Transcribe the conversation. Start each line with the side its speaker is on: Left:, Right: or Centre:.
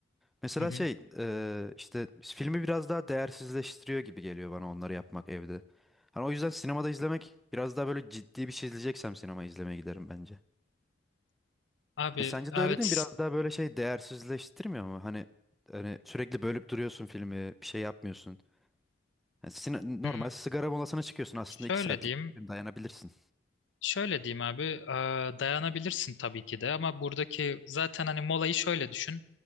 Centre: Mesela
Left: Hı hı.
Centre: şey eee, işte filmi biraz daha değersizleştiriyor gibi geliyor bana onları yapmak evde. Hani o yüzden sinemada izlemek biraz daha böyle ciddi bir şey izleyeceksem sinema izlemeye giderim bence.
Left: Abi
Centre: E, sence
Left: evet
Centre: de öyle değil mi? Biraz daha böyle şey değersizleştirmiyor mu? Hani hani sürekli bölüp duruyorsun filmi, bir şey yapmıyorsun. Yani sine- normal
Left: hmm,
Centre: sigara molasına çıkıyorsun aslında
Left: şöyle
Centre: 2 saatlik
Left: diyeyim.
Centre: bir film dayanabilirsin.
Left: Şöyle diyeyim abi, eee, dayanabilirsin tabii ki de ama buradaki zaten hani molayı şöyle düşün.